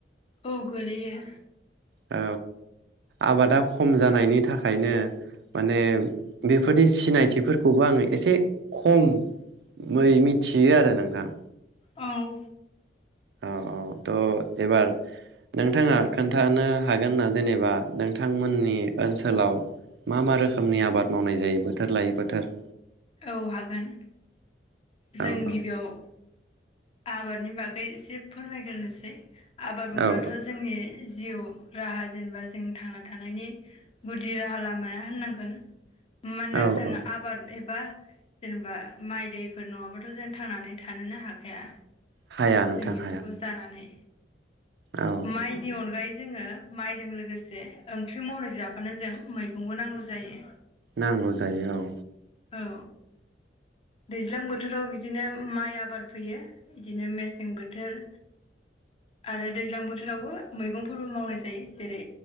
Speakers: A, on the left; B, on the right.
A: औ गोलैयो
B: औ आबादा खम जानायनि थाखायनो माने बेफोरनि सिनायथिफोरखौबो आङो एसे खम मै मिथि बियो आरो नोंथां
A: औ
B: औ औ थ' एबार नोंथाङा खोन्थानो हागोन ना जेनेबा नोंथांमोननि ओनसोलाव मा मा रोखोमनि आबाद मावनाय जायो बोथोर लायै बोथोर?
A: औ हागोन जों
B: औ औ
A: गिबियाव आबादनि बागै एसे फोरमायग्रोनोसै आबाद बुंब्लाथ'
B: औ
A: जोंनि जिउ राहा जेनेबा जों थांना थानायनि गुदि राहा लामाया होननांगोन मानोना
B: औ
A: जोङो
B: औ
A: आबाद एब बा जेनेबा माय दैफोर नङाबाथ' जों थांनानै थानोनो हाखाया जों
B: हाया नोंथां
A: बेफोरखौ
B: हाया
A: जानानै
B: औ
A: माइनि अनगायै जों जोङो माइजों लोगोसे ओंख्रि महरै जाफानो जों मैगंबो नांगौ जायो
B: नांगौ जायो औ
A: औ दैज्लां बोथोराव बिदिनो माइ आबाद फैयो बिदिनो मेसें बोथोर आरो दैज्लां बोथोरावबो मैगंफोरबो मावनाय जायो जेरै